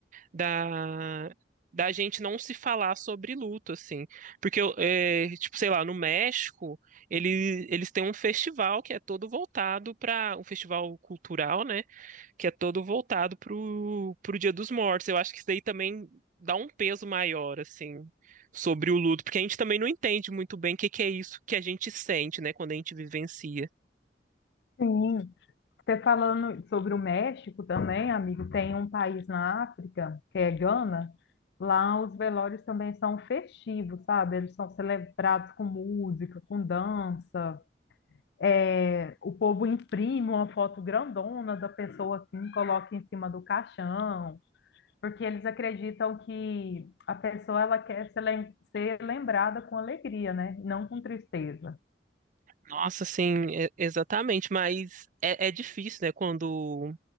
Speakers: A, on the right (about 45°); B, on the left (about 65°).
A: da da gente não se falar sobre luto, assim. Porque eu, é, tipo, sei lá, no México, ele, eles têm um festival que é todo voltado para um festival cultural, né, que é todo voltado pro pro Dia dos Mortos. Eu acho que isso daí também dá um peso maior, assim. Sobre o luto, porque a gente também não entende muito bem o que que é isso que a gente sente, né, quando a gente vivencia.
B: Sim. Você falando sobre o México também, amigo, tem um país na África, que é Gana. Lá os velórios também são festivos, sabe? Eles são celebrados com música, com dança. É, o povo imprime uma foto grandona da pessoa assim, coloca em cima do caixão, porque eles acreditam que a pessoa ela quer ser lem- ser lembrada com alegria, né? Não com tristeza.
A: Nossa, sim, e- exatamente, mas é, é difícil, né, quando,